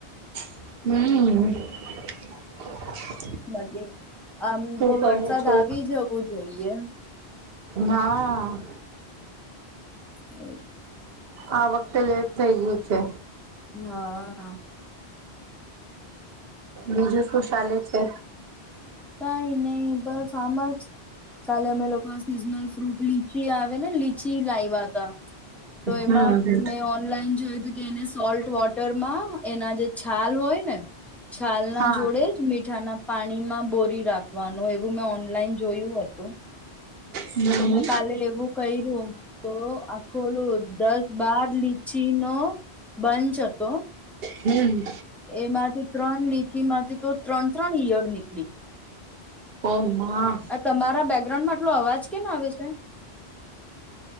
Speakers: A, on the right; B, in the centre.
A: હમ અ
B: મજી, આમ તો
A: કરું
B: વરસાદ
A: છો
B: આવી જવું જોઈએ.
A: હા
B: હ અ
A: આ વખતે લેટ થય ગયું છે.
B: હા અ આ
A: બીજું શું ચાલે છે?
B: કાય નય બસ. સામજ કાલે અમે લોક નો સ સીઝનલ ફ્રૂટ લીચી આવ એને લી પછી, લાયવા તા તો એમાં
A: હમ
B: મેં ઓનલાઈન જોયું તું, કે એને સોલટ વોટ ટર માં એના જે છાલ હોય ને છાલ ના
A: હા
B: જોડે જ મીઠાના પાણીમાં બોરી રાખવાનું એવું મે ઓનલાઈન જોયું હતું.
A: હમ
B: તો મેં કાલે એવું કર્યું તો આખું લું દસ બાર લીચી નો બંચ હતો.
A: હમ.
B: એમાંથી ત્રણ લીચી માંથી તો ત્રણ ત્રણ ઇયળ નીકળી.
A: ઓમાં
B: આ તમારા બેકગ્રાઉન્ડ મા આટલો, અવાજ કેમ આવે છે.